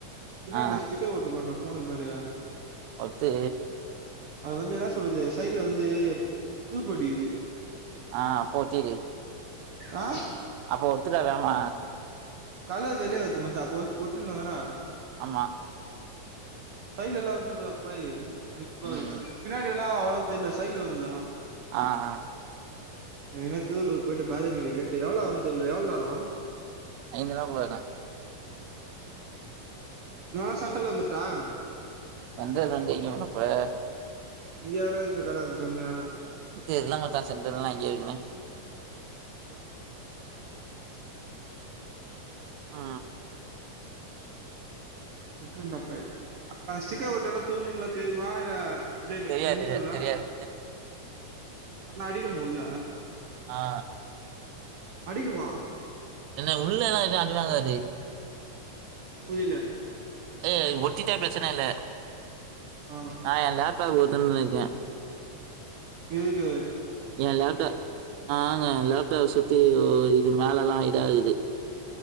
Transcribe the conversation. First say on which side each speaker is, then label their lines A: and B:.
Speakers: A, on the right; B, on the right.
A: பின்ன
B: ஆ
A: நஷ்டிக்கட்ட இருப்பண்டா ஃபோன் இருப்பண்டா
B: அது
A: அது வந்து என்ன சொல்றது சைட்ல வந்து தூப்படிக்குது
B: ஆ போட்டி
A: ஆ
B: அப்போ ஒத்துக்க வேணாமா
A: கல வெளியே வருது மச்சா அப்போ ஒட்டும்ன்னா
B: ஆமா
A: சைல் எல்லாம் வது அப்ப இப்ப
B: ம்
A: பின்னாடி எல்லா அவளோ தெரியல சைட்ல வந்து ஆனா
B: அ அ
A: என்ன தூ போயிட்டு பாதி நீங்க கேட்டு எவ்ளோ ஆகும் தெரியல எவ்ளோ ஆகும்
B: <unintelligible>
A: நான் சென்ட்ரல வந்துட்டன்
B: சென்ட்ரல வந்து இங்க என்ன பண்ணபோற
A: இங்க <unintelligible> கம்மியா
B: இது இதெல்லா மச்சான் சென்ட்ரல் தான் இருக்கேன் ஆ
A: உட்டுனு நப்பன் ஆ சிக்கட்டனா தூபல தெரியுமா இல்ல அப்டியே
B: தெரியாது
A: நின்றுலாம்
B: தெரியா தெரியாது
A: ஆனா அடிக்குமா உள்ள
B: ஆ
A: அடிக்குமா
B: என்ன உள்ளல்லாம் அடிவாங்காது
A: புரியல
B: ஏ ஒத்திட்டா பிரச்சன இல்ல
A: ஆ
B: ஆ எல்லாத்தா போதுன்னுக்கேன்
A: இதுக்கு
B: என் லேப்டாப் ஆங்க லேப்டாப் சுத்தி இது மேல எல்லா இதா இருக்கு